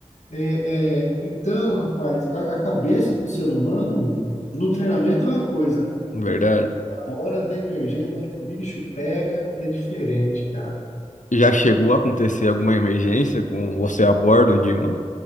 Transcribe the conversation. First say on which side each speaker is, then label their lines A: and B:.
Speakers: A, on the left; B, on the left.
A: É, é, então, rapaz, a, a cabeça do ser humano no treinamento é uma coisa, né?
B: verdade.
A: A hora da emergência, na hora que o bicho pega, é diferente, cara.
B: Já chegou a acontecer alguma emergência com você a bordo de uma